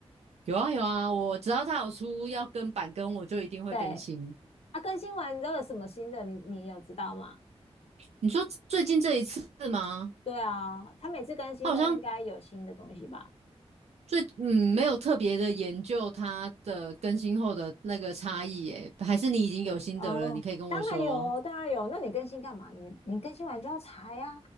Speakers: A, on the right (about 80°); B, on the left (about 65°).
A: 有啊有啊，我只要他有出要跟版跟，我就一定会更新。
B: 对，啊，更新完都有什么新的？你你有知道吗？
A: 你说最近这一次吗？
B: 对啊，它每次更新都应该有新的东西吧？
A: 他好像最嗯没有特别的研究它的更新后的那个差异，诶，还是你已经有心得了，
B: 哦，
A: 你可以跟我说。
B: 当然有哦当然有。那你更新干嘛？你你更新完就要查呀。